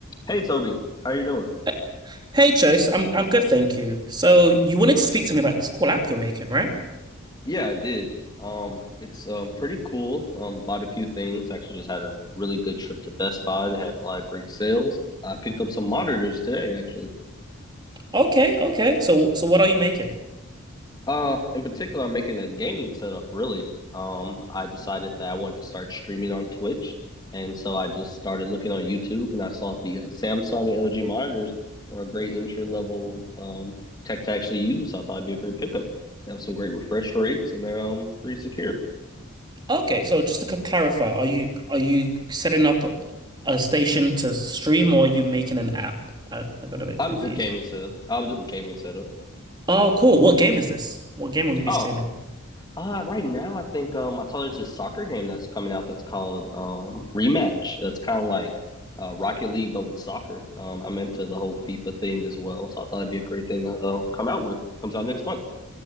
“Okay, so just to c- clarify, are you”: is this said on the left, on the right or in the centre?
Right